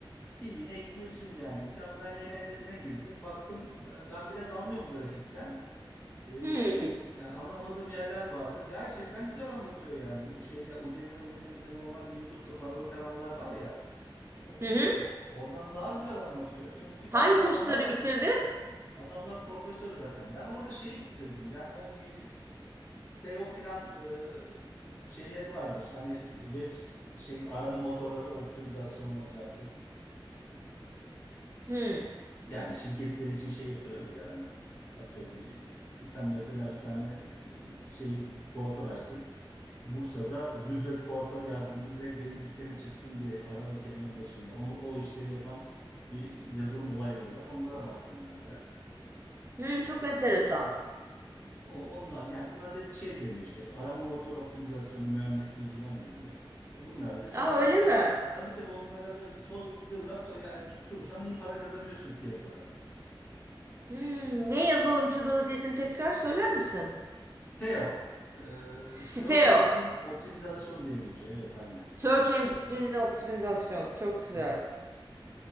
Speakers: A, on the left; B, on the right.
A: CV'ne ekliyorsun yani. Sen ben eğlencesine girdim. Baktım e, ben biraz anlıyorum grafikten. E,
B: Hmm.
A: yani anlamadığım yerler vardı. Gerçekten güzel anlatıyor yani. Şeyde Udemy'de, Udemy'de normalde YouTube'da paralı kanallar var ya. e,
B: Hı hı.
A: o- ondan daha güzel anlatıyor. Çünkü zaten
B: Hangi
A: adamlar
B: kursları bitirdin?
A: Adamlar profesör zaten. Ben orada şeyi bitirdim. Yani o bir SEO filan e, şeyleri vardır. Hani web şey arama motorları optimizasyonları cart
B: Hmm.
A: Yani şirketler için şey yapıyoruz ya hani atıyorum bir, sen mesela bir tane e, şey kuaför açtın. Bursa'da Zühre kuaför yazdığında direkt benim dükkanım çıksın diye arama kelime başında. O, o işleri yapan bir yazılım olayları var. Onlara baktım ben biraz.
B: Hmm, çok enteresan.
A: O ondan yani buna da şey deniyor işte arama motor optimizasyonu mühendisliği falan deniyor. Bunlara da sosyal
B: Aa öyle
A: medya
B: mi?
A: tabii tabii onlara da soldırla yani tutturursan iyi para kazanıyorsun piyasadan.
B: Hmm, ne yazılımcılığı dedin tekrar söyler misin?
A: SEO, e,
B: Siteo.
A: O e, Search Engine Optimizasyon diye geçiyor. Evet aynen.
B: Search Engine Optimizasyon. Çok güzel.
A: Hı hı.